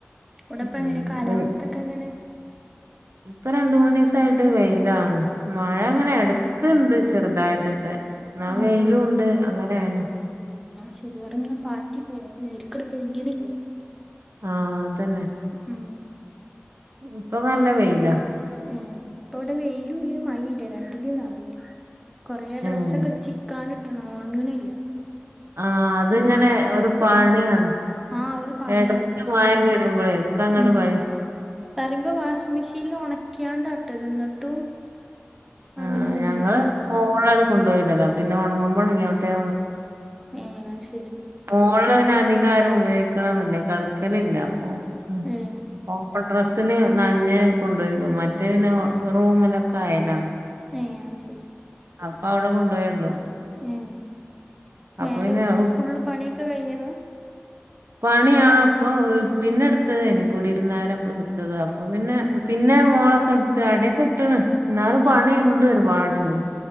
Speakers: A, in the centre; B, on the right.
A: അവടെ ഇപ്പൊ
B: ഉം
A: എങ്ങനെ കാലാവസ്ഥക്കെ
B: വെ-
A: എങ്ങനെ
B: ഇപ്പൊ രണ്ടു മൂന്നു ദിവസായിട്ട് വെയിലാണ് മഴ അങ്ങനെ
A: ഏഹ്
B: എടു ക്ക ഉണ്ട് ചെറുതായിട്ടൊക്കെ എന്നാ
A: ഏഹ്
B: വെയിലും ഉണ്ട് അങ്ങനെണ്
A: ശരി ഇവിടെ ഇങ്ങനെ പാറ്റി പോവും നേരിരി പെയ്യണില്ല.
B: ആഹ് അതന്നെ.
A: ഉം
B: ഇപ്പൊ നല്ല വെയില.
A: ഇപ്പൊ ഇവിടെ വെയിലും ല്ല മഴിം ല്ല രണ്ടിന്റിം നടൂല. കൊറെ ഡ്രസ്സൊക്കെ
B: ഉം
A: ചിക്കാനിട്ട്ണ് ഒണങ്ണില്ല
B: ആഹ് അതിങ്ങനെ ഒരു പണിയാണ്
A: ചെയ്യും ആഹ് ഒരു പണിയാറിയ
B: ഇടക്ക് മയ വരുമ്പോഴേ ക്ക അങ്ങടെ
A: ഉം
B: വലിച്
A: പറയുമ്പോ വാഷിംഗ് മെഷീനിൽ ഉണക്ക്യാണ്ട ട്ടണ് എന്നിട്ടും
B: ആ
A: അങ്ങനെ തന്നെ
B: ഞങ്ങള്
A: അറിയ
B: ഓളടെ കൊണ്ടുപോയില്ലല്ലോ പിന്നെ ഉണങ്ങുമ്പോൾ ഒണഗ്യോട്ടെ
A: ആഹ് ശരി
B: മോള് ല് പിന്നെ അധികം ആരും ഉപയോഗിക്കണൊന്നില്ല കെട്ക്കലില്ല അപ്പൊ ഉ
A: ഏഹ്
B: ഓപ്പൺ ടെറസില് നനഞ്ഞ് കൊണ്ടുപോയിടും മറ്റേന്നെ റൂമിലൊക്കെ അയല
A: ഏഹ് അത് ശരി
B: അപ്പൊ അവിടെ കൊണ്ടു പോയടും
A: ഏഹ്
B: അപ്പൊ
A: മേലെ
B: പിന്നെ ആവു
A: ഫുള്ള് പണിയൊക്കെ കഴിഞ്ഞതോ
B: <inaudible> പണിയ അപ്പൊ പിന്നെ എടുത്തതേനി കുടിരുന്നേര എടുത്തത അപ്പൊ പിന്നെ പിന്നെ മോളൊക്കെടുത്ത് അടിയൊക്കെ ഇട്ട്ണ് എന്നാലും പണിണ്ട്
A: ഏഹ്
B: ഒരുപാട് ഞ്ഞും.